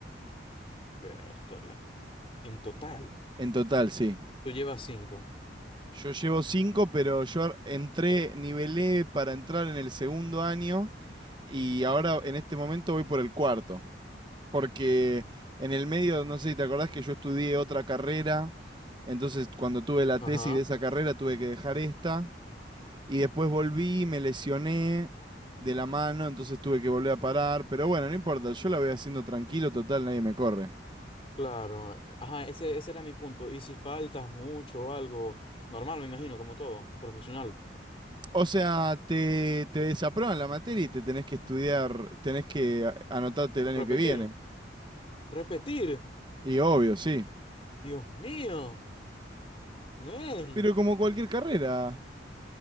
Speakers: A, on the left; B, on the right.
A: Vértale. En total,
B: En total, sí.
A: tú llevas cinco.
B: Yo llevo cinco, pero yo ar- entré, nivelé para entrar en el segundo año y ahora en este momento voy por el cuarto. Porque en el medio, no sé si te acordás que yo estudié otra carrera, entonces cuando tuve la
A: Ajá,
B: tesis de esa carrera tuve que dejar esta Y después volví, me lesioné de la mano, entonces tuve que volver a parar. Pero bueno, no importa, yo la voy haciendo tranquilo, total, nadie me corre.
A: claro. Ajá, ese, ese era mi punto. Y si faltas mucho o algo, normal, me imagino, como todo, profesional.
B: O sea, te, te desaprueban la materia y te tenés que estudiar, tenés que a- anotarte el año
A: Repetir,
B: que viene.
A: repetir.
B: Y obvio, sí.
A: Dios mío, men.
B: Pero como cualquier carrera,